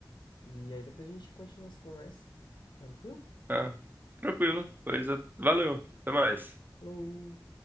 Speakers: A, on the left (about 75°); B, on the right (about 25°).
A: e aí depois a gente continua essa conversa. Tranquilo?
B: Ah, tranquilo. Pois é, valeu. Até mais.
A: Falou!